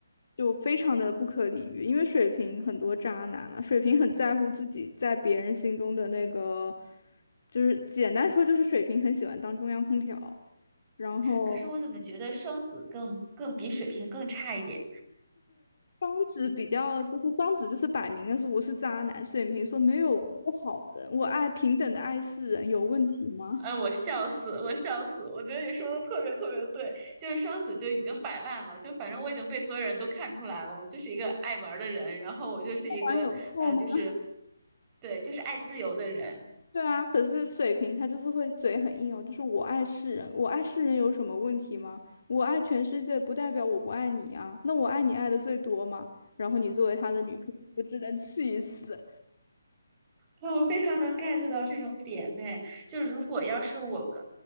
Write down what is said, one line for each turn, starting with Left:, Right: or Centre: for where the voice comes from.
Left: 就非常的不可理喻，因为水瓶很多渣男了、水瓶很在乎自己在别人心中的那个，就是简单说就是水瓶很喜欢当中央空调。然后
Right: 可是我怎么觉得双子更更比水瓶更差一点？
Left: 双子比较就是双子就是摆明了是我是渣男，水瓶说没有，我是个好人，我爱平等的爱世人，有问题吗？
Right: 哎，我笑死，我笑死！我觉得你说的特别特别对，就是双子就已经摆烂了，就反正我已经被所有人都看出来了，我就是一个爱玩的人，然后我就是一个呃，
Left: 有错不然有错吗？
Right: 就是对，就是爱自由的人。
Left: 对啊，可是水瓶他就是会嘴很硬哦，就是我爱世人，我爱世人有什么问题吗？我爱全世界不代表我不爱你啊，那我爱你爱的最多嘛。然后你作为他的女朋友，就只能气死。
Right: 那我非常能 get 到这种点呢，就是如果要是我们，